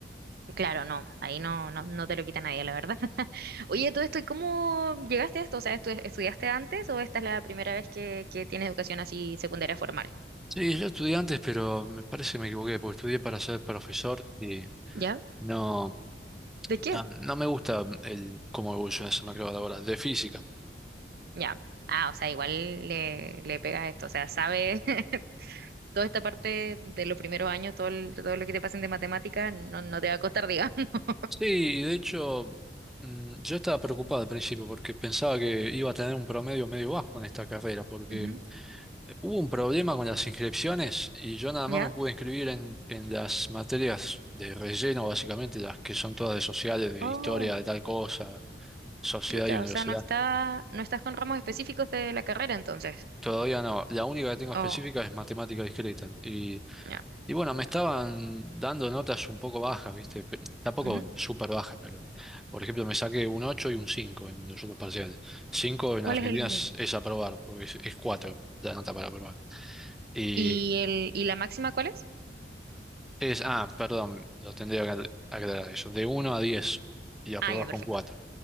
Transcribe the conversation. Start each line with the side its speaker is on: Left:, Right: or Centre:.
Right: Claro, no, ahí no, no, no te lo quita nadie, la verdad. <laughs> Oye, todo esto, ¿y cómo llegaste a esto? O sea, ¿estu- estudiaste antes o esta es la primera vez que, que tienes educación así secundaria formal?
Centre: Sí, yo estudié antes, pero me parece que me equivoqué, porque estudié para ser profesor y
Right: ¿Ya?
Centre: no,
Right: ¿De qué?
Centre: no, no me gusta el cómo evoluciona ese mercado laboral de física.
Right: Ya. Ah, o sea, igual le, le pegas esto, o sea, sabe <laughs> toda esta parte de los primeros años, todo, el- todo lo que te pasen de matemática, no, no te va a costar, digamos. <laughs>
Centre: Sí, y de hecho, mm, yo estaba preocupado al principio porque pensaba que iba a tener un promedio medio bajo en esta carrera, porque
Right: Ujú,
Centre: hubo un problema con las inscripciones y yo nada
Right: ¿Ya?
Centre: más me pude inscribir en, en las materias de relleno, básicamente, las que son todas de sociales, de
Right: Oh,
Centre: historia, de tal cosa, sociedad
Right: chuta,
Centre: y universidad.
Right: o sea, no está, no estás con ramos específicos de la carrera entonces.
Centre: Todavía no. La única que tengo específica
Right: Oh,
Centre: es matemática discreta. Y,
Right: ya.
Centre: y bueno, me estaban dando notas un poco bajas, ¿viste? Pe- Tampoco
Right: ujú.
Centre: súper bajas, pero por ejemplo me saqué un 8 y un 5 en los otros parciales. cinco en
Right: ¿Cuál
Centre: Argentina
Right: es el,
Centre: es, es aprobar, porque es, es 4 la nota para aprobar. Y
Right: y el, y la máxima cuál es?
Centre: es, ah, perdón, lo tendría que aclarar eso. De uno a 10 y aprobás
Right: Ah, ya, perfecto.
Centre: con cuatro